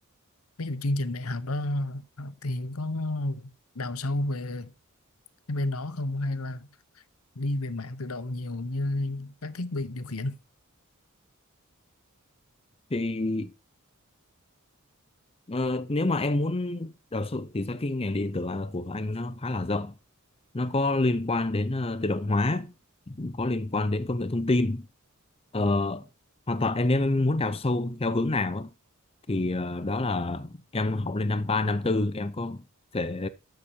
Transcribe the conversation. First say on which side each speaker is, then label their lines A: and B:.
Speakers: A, on the left (about 75°); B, on the left (about 25°).
A: ví dụ chương trình đại học đó ờ, thì có đào sâu về cái bên đó không hay là đi về mạng tự động nhiều như các thiết bị điều khiển
B: thì ờ, nếu mà em muốn đào sâu thì ra cái ngành điện tử của anh nó khá là rộng nó có liên quan đến ờ, tự động hóa có liên quan đến công nghệ thông tin ờ, hoàn toàn em em muốn đào sâu theo hướng nào á, thì ờ, đó là em học lên năm 3 năm 4 em có thể